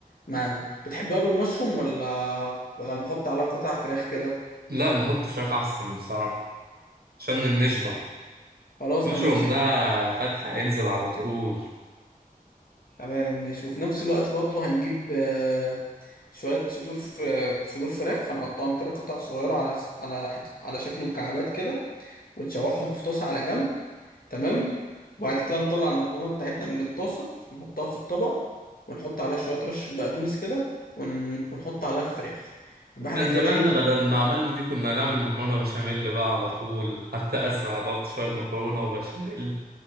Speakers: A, on the left (about 70°); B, on the right (about 85°).
A: معاهم بتحبها بالمشروم ولا ولا نحط عليها قطع فراخ كده
B: لا نحط فراخ احسن بصراحة عشان نشبع
A: خلاص
B: مشروم
A: تمام ماشي
B: ده
A: هن-
B: فتح هينزل على طول
A: تمام ماشي وفي نفس الوقت برضه هنجيب آه، شوية صدور ف- صدور فراخ هنقطعهم كده قطع صغيرة على على حت... على شكل مكعبات كده ونشوحهم في طاسة على جنب تمام وبعد كده نطلع المكرونة بتاعتنا من الطاسة نحطها في الطبق ونحط عليها شوية رشة بقدونس كده ون... ونحط عليها الفراخ يبقى احنا
B: كان
A: كده
B: زماننا
A: ايه ظبطنا
B: بدل ما عملنا دي كنا نعمل مكرونة بشاميل بقى على طول حتى أسرع ضبط شوية مكرونة وبشاميل